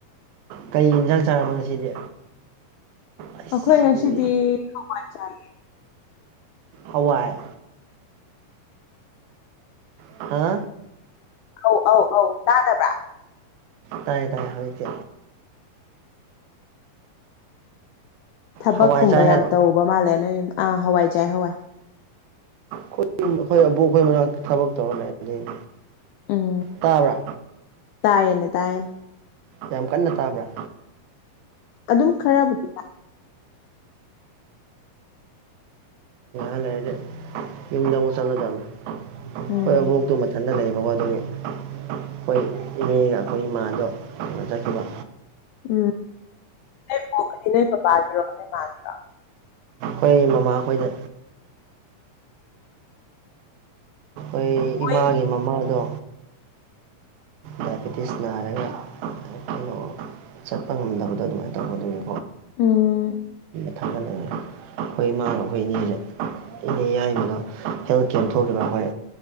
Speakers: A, on the right (about 85°); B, on the left (about 85°).
A: ꯀꯩ ꯏꯟꯖꯥꯡ ꯆꯥꯔꯕ ꯉꯁꯤꯗꯤ ꯑꯁ
B: ꯑꯩꯈꯣꯏ ꯉꯁꯤꯗꯤ
A: ꯎꯏꯔꯦ
B: ꯍꯋꯥꯏ ꯆꯥꯑꯦ
A: ꯍꯋꯥꯏ ꯍꯥ
B: ꯑꯧ ꯑꯧ ꯑꯧ ꯇꯥꯗꯕ꯭ꯔꯥ
A: ꯇꯥꯏꯌꯦ ꯇꯥꯏꯌꯦ ꯍꯧꯖꯤꯛꯇꯤ
B: ꯊꯕꯛꯀꯨꯝꯕ
A: ꯍꯋꯥꯏ ꯆꯥꯏ
B: ꯌꯥꯝ
A: ꯍꯥꯏꯔꯣ
B: ꯇꯧꯕ ꯃꯥꯜꯂꯦ ꯅꯣꯏ ꯌꯨꯝ ꯑꯥ ꯍꯋꯥꯏ ꯆꯥꯏ ꯍꯋꯥꯏ
A: ꯈꯣꯏ ꯌꯨꯝ ꯑꯕꯣꯛ ꯑꯩꯈꯣꯏ ꯃꯅꯥꯛꯇ ꯊꯕꯛ ꯇꯧꯔ ꯂꯩ ꯗꯨꯏꯅꯤ
B: ꯎꯝ
A: ꯇꯥꯕ꯭ꯔꯥ
B: ꯇꯥꯏꯌꯦꯅꯦ ꯇꯥꯏꯌꯦꯅꯦ
A: ꯌꯥꯝ ꯀꯟꯅ ꯇꯥꯕ꯭ꯔꯥ
B: ꯑꯗꯨꯝ ꯈꯔꯕꯨꯗꯤ ꯇꯥꯏ
A: ꯍ ꯂꯩꯔꯗꯤ ꯌꯨꯝꯗ ꯑꯃꯨꯛ ꯆꯠꯂꯨꯗꯕꯅꯦ
B: ꯎꯝ
A: ꯈꯣꯏ ꯑꯕꯣꯛꯇꯣ ꯃꯊꯟꯇ ꯂꯩꯌꯦꯕꯀꯣ ꯑꯗꯨꯒꯤ ꯈꯣꯏ ꯏꯅꯦꯒ ꯑꯩꯈꯣꯏ ꯏꯃꯥꯗꯣ ꯀꯩꯅꯣ ꯆꯠꯈꯤꯕ
B: ꯎꯝ ꯅꯣꯏ ꯕꯣꯛꯇꯤ ꯅꯣꯏ ꯄꯥꯄꯥꯒꯤꯔꯣ ꯅꯣꯏ ꯃꯥꯒꯤꯔꯣ
A: ꯈꯣꯏ ꯃꯃꯥ ꯈꯣꯏꯗ ꯑꯩꯈꯣꯏ
B: ꯃꯣꯏ
A: ꯏꯃꯥꯒꯤ ꯃꯃꯥꯗꯣ ꯗꯥꯏꯕꯦꯇꯤꯁ ꯅꯥꯔꯒ ꯀꯩꯅꯣ ꯆꯠꯄ ꯉꯝꯗꯕꯗꯣ ꯑꯗꯨꯃꯥꯏꯅ ꯇꯧꯕ ꯑꯗꯨꯒꯤ
B: ꯎꯝ
A: <inaudible> ꯈꯣꯏ ꯏꯃꯥꯒ ꯑꯩꯈꯣꯏ ꯏꯅꯦꯗꯣ ꯏꯅꯦ ꯌꯥꯏꯃꯥꯒ ꯍꯦꯜ ꯀꯦꯝ ꯊꯣꯛꯈꯤꯕ ꯑꯩꯈꯣꯏ